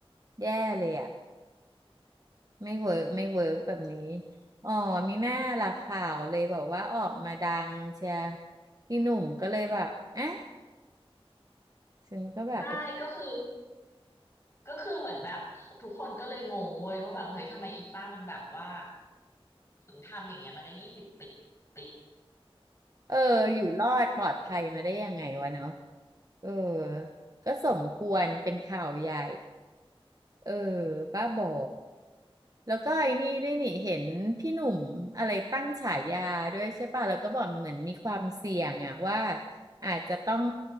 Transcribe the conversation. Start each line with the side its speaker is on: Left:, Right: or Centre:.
Right: แย่เลยอ่ะไม่เวิร์กไม่เวิร์กแบบนี้อ๋อมีหน้าละข่าวเลยแบบว่าออกมาดังเชียพี่หนุ่มก็เลยแบบเอ๊ะฉันก็แบบไป
Left: ใช่ก็คือก็คือเหมือนแบบทุกคนก็เลยงงเว้ยว่าแบบเฮ้ยทำไมอีป้ามันแบบว่าถึงทำอย่างเงี้ยมาได้ยี่สิบปีเป
Right: เอออยู่รอดปลอดภัยมาได้ยังไงวะเนาะ
Left: ็นพวกตำรวจอะ
Right: เออก็สมควรเป็นข่าวใหญ่เออป้าบอแล้วก็ไอ้นี่ด้วยนี่เห็นพี่หนุ่มอะไรตั้งฉายาด้วยใช่ป่ะแล้วก็บอกเหมือนมีความเสี่ยงอะว่าอาจจะต้อง